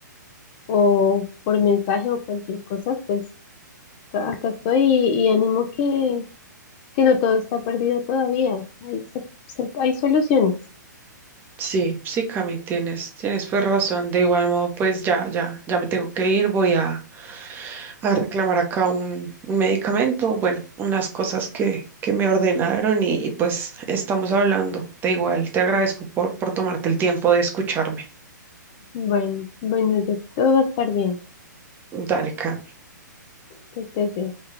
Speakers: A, on the left (about 30°); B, on the right (about 20°).
A: o por mensaje o cualquier cosa, pues acá, acá estoy y, y animo que, que no todo está perdido todavía. Hay, se- se- hay soluciones.
B: Sí, sí, Cami, tienes, tienes pues razón. De igual modo, pues ya, ya, ya me tengo que ir. Voy a, a reclamar acá un, un medicamento, bueno, unas cosas que, que me ordenaron y, y, pues estamos hablando. De igual, te agradezco por, por tomarte el tiempo de escucharme.
A: Bueno, bueno, ya todo va a estar bien.
B: Dale, Cami.
A: Que estés bien.